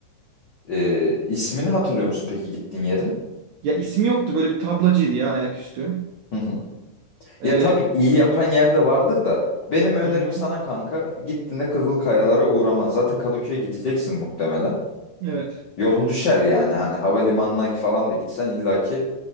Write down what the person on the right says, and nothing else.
Ya ismi yoktu. Böyle bir tablacıydı ya ayaküstü.
Ee,
hı hı.
Evet.